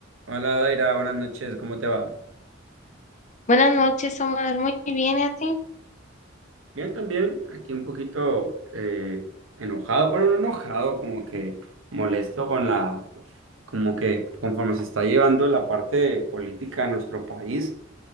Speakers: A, on the right; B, on the left.
A: Hola Daira, buenas noches, ¿cómo te va?
B: Buenas noches, Omar. Muy bien, ¿y a ti?
A: Bien, también, aquí un poquito eh, enojado, bueno, no enojado, como que molesto con la, como que conforme se está llevando la parte política de nuestro país,